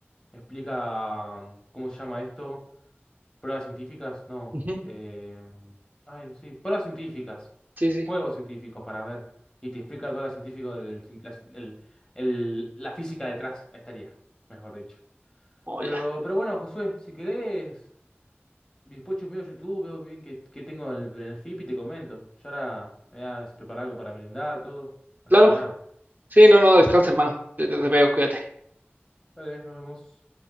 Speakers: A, on the left; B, on the right.
A: explica, mm, ¿cómo se llama esto? Pruebas científicas, no.
B: Ujú,
A: eh, ay, no sé, pruebas científicas,
B: Sí, sí.
A: juegos científicos para ver. Y te explica todo lo científico del, cien- la, cien- el- el- la física detrás, ahí estaría, mejor dicho.
B: Oh,
A: Pero,
B: ya.
A: pero bueno, Josué, si querés, y Después chusmeo YouTube, veo bien qué, qué tengo en el, en el FIP y te comento. Yo ahora me voy a preparar algo para merendar, todo. Así
B: Claro,
A: que nada.
B: Sí, no, no, descansa, hermano. Te, te te veo, cuídate.
A: Dale, nos vemos.